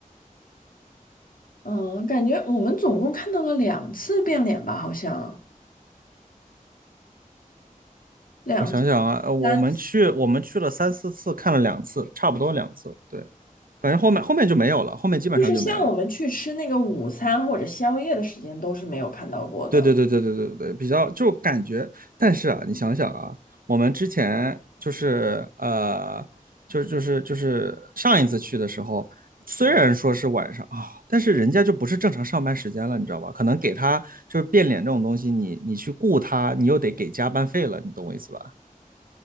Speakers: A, on the left (about 75°); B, on the right (about 85°).
A: 嗯，感觉我们总共看到了两次变脸吧，好像两次、
B: 我想想啊，呃我们去，
A: 三次，
B: 我们去了三四次，看了两次，差不多两次。对，反正后面后面就没有了，后面基本上就没有了。
A: 就是像我们去吃那个午餐或者宵夜的时间都是没有看到过的。
B: 对对对对对对对，比较就感觉，但是啊，你想想啊，我们之前就是呃，就就是就是上一次去的时候，虽然说是晚上啊，但是人家就不是正常上班时间了，你知道吧？可能给他就是变脸这种东西，你你去雇他，你又得给加班费了，你懂我意思吧？